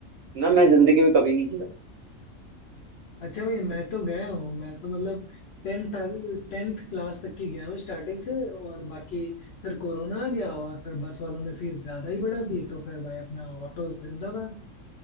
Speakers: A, on the right (about 65°); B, on the left (about 60°).
A: ना मैं जिंदगी में कभी नहीं गिरा।
B: अच्छा भाई मैं तो गया हूँ मैं तो मतलब टेंथ टेंथ क्लास तक की गया हूँ स्टार्टिंग से और बाकी फिर कोरोना आ गया और फिर बस वालों ने फीस ज्यादा ही बढ़ा दी तो फिर भाई अपना ऑटो जिंदाबाद